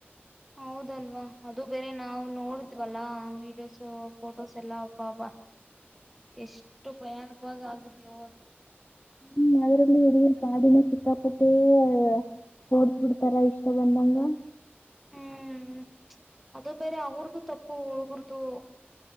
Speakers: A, in the centre; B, on the left.
A: ಹೌದಲ್ವಾ ಅದು ಬೇರೆ ನಾವು ನೋಡಿದ್ವಲ್ಲಾ ವಿಡಿಯೋಸ್ ಫೋಟೋಸ್ ಎಲ್ಲಾ ಹಬ್ಬಾ ಹಬ್ಬಾ ಎಷ್ಟು ಭಯಾನಕವಾಗಿ ಆಗಿದ್ಯೋದು
B: ಹ್ಮ್ ಅದ್ರಲ್ಲಿ ಹುಗ ಕಾಡಿನ ಸಿಕ್ಕಾಪಟ್ಟೆಯ ಓಡ್ಸ್ಬಿಡ್ತಾರ ಇಷ್ಟ ಬಂದಂಗ
A: ಹ್ಮ್ ಅದು ಬೇರೆ ಅವ್ರದು ತಪ್ಪು ಹುಳ್ಗರ್ದು